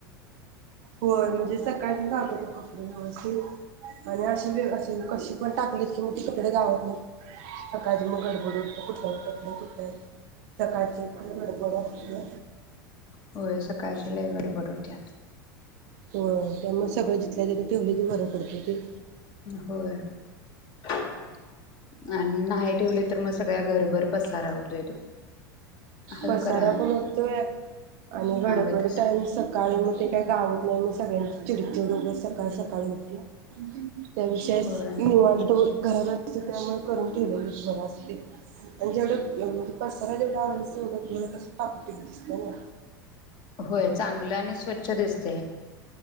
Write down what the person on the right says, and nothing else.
व्हय मंजी, सकाळची गावत्यात ओ कपडे व्यवस्थित आणि अशी वेग कशिपण टाकली की, म ती कपडे घावत नाहीत. सकाळची म गडबड होते. कुठंयत कपडे कुठंयत सकाळची खूप गडबड असतीया.
व्हय त्यामुळं सगळ जिथल्या तिथं ठेवल की, बर पडतंय ते.
पसारा
पण होतोय, आणि गडबड
टाईम सकाळी म ते काही गावत नाही, मग सगळ्यांची चिडचिड उगाच सकाळी सकाळी उठूया त्या दिवशी विषय
निवांत घरात असते त्यामुळे, करून ठेवलेलंच बर असते आणि जेवढ अ पसारा जेवढा आवरून तेवढा घर कसं टापटीप दिसतय.